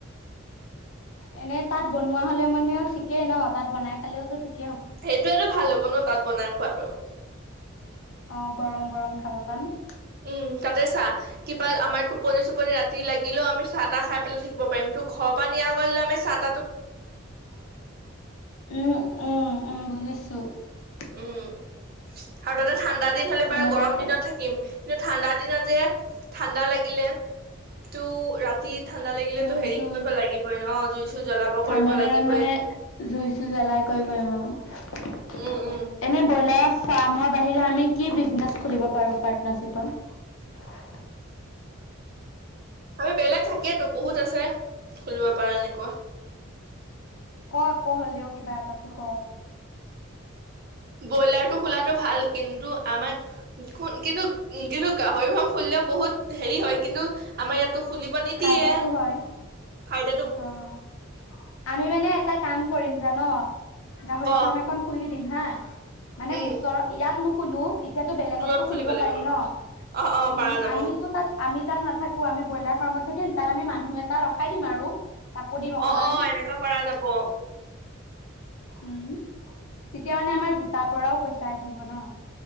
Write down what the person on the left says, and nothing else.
এনে তাত বনোৱা হ'লে মানেও ঠিকেই ন তাত বনাই খালেওটো ঠিকে
অ গৰম গৰম খাব পাম ।
উম, উম, উম বুজিছো। স <unintelligible>
তেনেকুৱাই
কৰিম
জুই
চুই
ঠাণ্ডা
দিনত
মানে জুই চুই জ্বলাই কৈ কৰিম আৰু <unintelligible>
মানে ফাম্ৰ ৰ বাহিৰে আমি কি বিজনেছ খুলিব পাৰো পাতনাৰচিপৰ।
ক ক হলেও কিবা এটা তো ক।
ফাইদাটো হয়
অ' আমি মানে এটা কাম কৰিম জান গাহৰি
ফাৰ্ম এখন খুলি দিন হা। মানে
ওচৰ ইয়াত ন কুলো। এতিয়াতো বেলেগতো
খুলিব
পাৰি ন
উম
আমিতো তাত আমি তাত নাথাকোঁ আমি ব্ৰইলাৰ ফাৰ্মত থাকিম তাত আমি মানুহ এটা ৰখাই দিম আৰু। তাকো দিম অকমান
উম তেতিয়া মানে আমাৰ দুটাৰ পৰাও পইচা আহিব ন